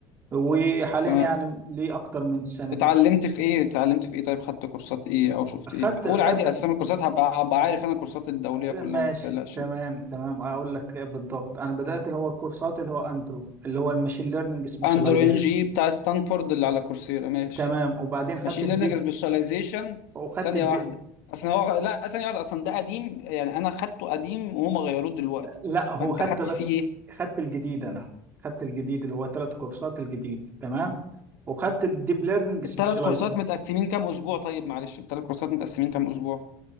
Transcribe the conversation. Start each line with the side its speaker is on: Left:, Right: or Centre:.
Right: وحاليا
Left: تمام
Right: يعني ليه اكتر من سنه
Left: اتعلمت في ايه اتعلمت في ايه طيب خدت كورسات ايه او شفت
Right: خدت
Left: ايه قول
Right: خدت
Left: عادي اسامي الكورسات هبقى هبقى عارف انا الكورسات الدوليه كلها
Right: ماشي
Left: ما تقلقش
Right: تمام تمام اقول لك بالضبط انا بدات اللي هو الكورسات اللي هو اندرو اللي هو الماشين ليرنينج سبيشاليزيشن
Left: اندرو ان جي بتاع ستانفورد اللي على كورسيرا ماشي
Right: تمام وبعدين خدت
Left: ماشين
Right: الدي
Left: ليرنينج سبيشاليزيشن
Right: وخدت
Left: ثانيه
Right: الدي
Left: واحده اصلا هو لا ثانيه واحده اصلا ده قديم يعني انا خدته قديم وهم غيروه دلوقتي
Right: لا هو
Left: فانت
Right: خدت
Left: خدت
Right: الأس...
Left: فيه ايه
Right: خدت الجديد انا خدت الجديد اللي هو ثلاث كورسات الجديد تمام وخدت الديب ليرنينج سبيشاليزيشن
Left: الثلاث كورسات متقسمين كام اسبوع طيب معلش الثلاث كورسات متقسمين كام اسبوع